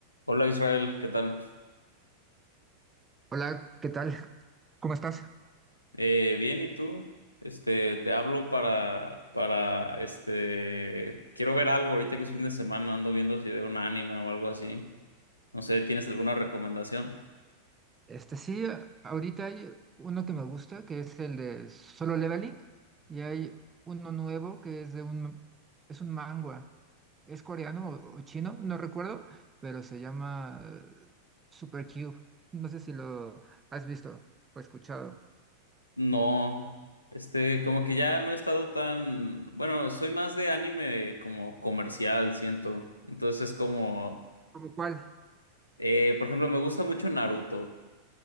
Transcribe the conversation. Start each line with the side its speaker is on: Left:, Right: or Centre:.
Left: Hola Israel, ¿qué tal?
Right: Hola, ¿qué tal? ¿Cómo estás?
Left: Eh, bien, ¿y tú? Este, te hablo para, para, este, quiero ver algo ahorita que es fin de semana, ando viendo si veo un anime o algo así. No sé, ¿tienes alguna recomendación?
Right: Este sí, ahorita hay uno que me gusta, que es el de Solo Leveling, y hay uno nuevo que es de un, es un manga, es coreano o, o chino, no recuerdo, pero se llama eh, Super Cube. No sé si lo has visto o escuchado.
Left: No, este, como que ya no he estado tan, bueno, soy más de anime como comercial, siento. Entonces, como,
Right: ¿Cómo cuál?
Left: eh, por ejemplo, me gusta mucho Naruto.